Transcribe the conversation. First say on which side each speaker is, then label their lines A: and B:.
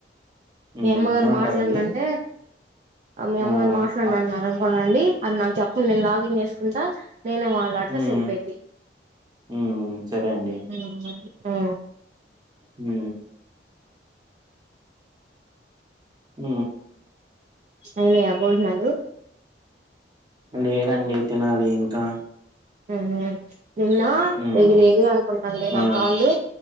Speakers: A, on the right; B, on the right.
A: హ్మ్
B: మీ అమ్మగారు
A: ఏమంటారండి
B: మాట్లాడను అంటే మీ
A: ఆ
B: అమ్మగారు మాట్లాడనన్నారు
A: ఆ!
B: అనుకో అలా ది అది నాకు చెప్పండి నేను లాగిన్ చేసుకుంటా నేను మాట్లాడత
A: హ్మ్
B: సరిపోయిది
A: హ్మ్ సరే అండి
B: ఉ ఉ
A: ఉ ఉ
B: అయినాయా భోజనాలు
A: లేదండి తినాలి ఇంకా
B: ఉహు నిన్న
A: ఉమ్
B: ఎగిరేగిర అనుకుంటుండి నా
A: ఆ
B: కాళ్ళు